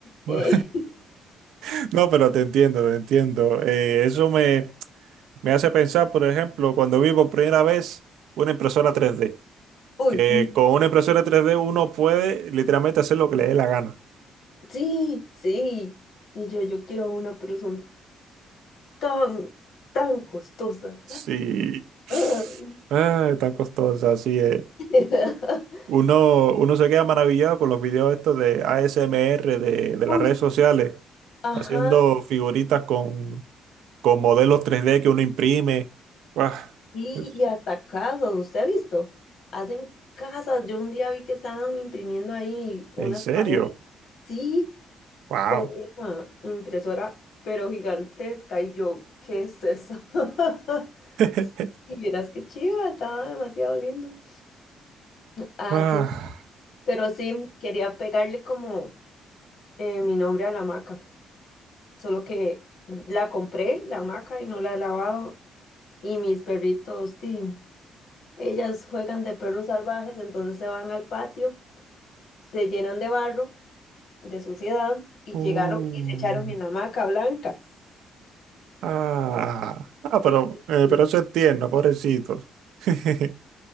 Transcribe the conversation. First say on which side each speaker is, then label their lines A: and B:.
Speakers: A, on the right; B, on the left.
A: bu-
B: Eh,
A: <laughs> No, pero te entiendo, te entiendo. Eh, eso me, me hace pensar, por ejemplo, cuando vi por primera vez una impresora tres d
B: <laughs> uy,
A: que
B: sí.
A: con una impresora tres d uno puede literalmente hacer lo que le dé la gana.
B: Sí, sí. Y yo, yo quiero una, pero son tan, tan costosas.
A: Sí.
B: Ah.
A: Ah, tan costosa, así es.
B: <laughs>
A: Uno, uno se queda maravillado con los videos estos de ASMR de, de
B: Uy,
A: las redes sociales,
B: ajá,
A: haciendo figuritas con, con modelos tres d que uno imprime. Guau,
B: sí,
A: es-
B: y hasta casas, ¿usted ha visto? Hacen casas, yo un día vi que estaban imprimiendo ahí unas
A: ¿En serio?
B: paredes, sí,
A: ¡Wow!
B: con una impresora, pero gigantesca, y yo, ¿qué es eso? <laughs>
A: <laughs>
B: Y vieras qué chiva, estaba demasiado lindo. Ah,
A: Ah.
B: sí, pero sí, quería pegarle como eh, mi nombre a la maca. Solo que la compré, la hamaca, y no la he lavado. Y mis perritos, di, ellas juegan de perros salvajes, entonces se van al patio, se llenan de barro, de suciedad, y
A: Uh.
B: llegaron y se echaron en
A: <sighs>
B: la hamaca blanca.
A: Ah, ah,
B: Sí,
A: pero, eh,
B: entonces,
A: pero eso es tierno, pobrecito. <laughs>